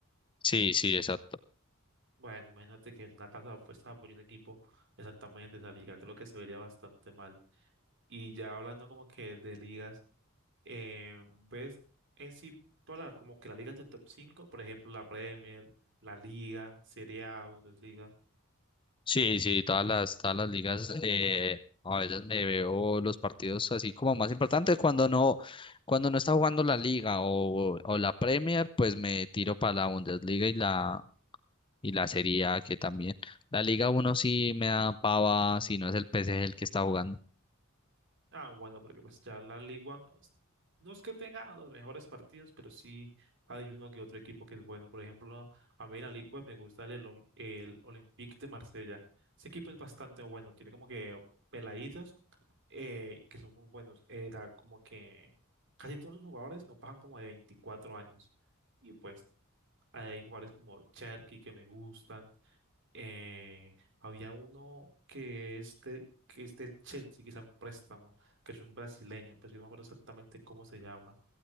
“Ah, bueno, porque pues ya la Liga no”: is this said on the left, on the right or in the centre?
Right